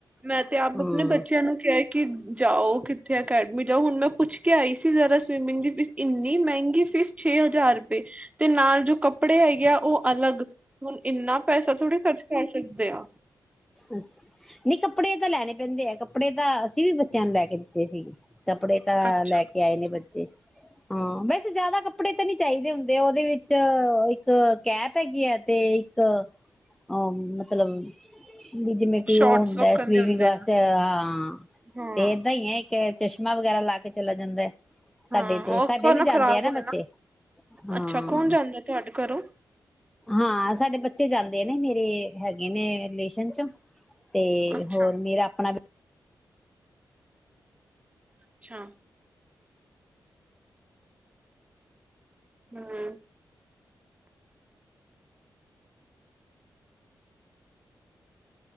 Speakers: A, on the right (about 15°); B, in the centre.
A: ਮੈਂ ਤੇ ਆਪ
B: ਹਾਂ
A: ਆਪਣੇ ਬੱਚਿਆਂ ਨੂੰ ਕਿਹਾ ਕਿ ਜਾਓ ਕਿੱਥੇ ਅਕੈਡਮੀ ਜਾਓ ਹੁਣ ਮੈਂ ਪੁੱਛ ਕੇ ਆਈ ਸੀ ਜ਼ਰਾ ਸਵੀਮਿੰਗ ਦੀ ਫੀਸ ਇੰਨੀ ਮਹਿੰਗੀ ਫੀਸ ਛੇ ਹਜ਼ਾਰ ਰੁਪਏ ਤੇ ਨਾਲ ਜੋ ਕੱਪੜੇ ਹੈਗੇ ਆ ਉਹ ਅਲੱਗ ਹੁਣ ਇੰਨਾ ਪੈਸਾ ਥੋੜ੍ਹੀ ਖਰਚ ਕਰ ਸਕਦੇ ਆ।
B: ਅੱ ਨਹੀਂ ਕੱਪੜੇ ਤਾਂ ਲੈਣੇ ਪੈਂਦੇ ਹੈ ਕੱਪੜੇ ਤਾਂ ਅਸੀਂ ਵੀ ਬੱਚਿਆਂ ਨੂੰ ਲੈ ਕੇ ਦਿੱਤੇ ਸੀ। ਕੱਪੜੇ ਤਾਂ
A: ਅੱਛਾ
B: ਲੈ ਕੇ ਆਏ ਨੇ ਬਚੇ ਹਾਂ ਵੈਸੇ ਜ਼ਿਆਦਾ ਕੱਪੜੇ ਤਾਂ ਨੀ ਚਾਹੀਦੇ ਹੁੰਦੇ ਉਹਦੇ ਵਿੱਚ ਇੱਕ ਕੈਪ ਹੈਗੀ ਆ ਤੇ ਇੱਕ ਅ ਮਤਲਬ ਵੀ ਜਿਵੇਂ ਕਿ
A: ਸ਼ੋਰਟਸ
B: ਉਹ ਹੁੰਦਾ
A: ਵੱਕਣ
B: ਸਵੀਮਿੰਗ
A: ਦੇ ਹੁੰਦੇ
B: ਵਾਸਤੇ
A: ਆ।
B: ਹਾਂ
A: ਹਾਂ
B: ਤੇ ਏਦਾਂ ਹੀ ਹੈ ਇੱਕ ਚਸ਼ਮਾ ਨਾਲ ਵਗੈਰਾ ਲਾ ਕੇ ਚਲਾ ਜਾਂਦਾ ਏ।
A: ਹਾਂ
B: ਸਾਡੇ ਤੇ
A: ਉਹ ਅੱਖਾਂ
B: ਸਾਡੇ ਵੀ ਜਾਂਦੇ
A: ਖ਼ਰਾਬ
B: ਆ ਨਾ
A: ਹੋਏ
B: ਬੱਚੇ ਹਾਂ
A: ਅੱਛਾ ਕੌਣ ਜਾਂਦਾ ਤੁਹਾਡੇ ਘਰੋਂ?
B: ਹਾਂ ਸਾਡੇ ਬਚੇ ਜਾਂਦੇ ਨੇ ਮੇਰੇ ਹੈਗੇ ਨੇ ਅੱਛਾ ਤੇ
A: ਅੱਛਾ।
B: ਹੋਰ ਮੇਰਾ ਆਪਣਾ ਵੀ
A: ਅੱਛਾ ਹੂੰ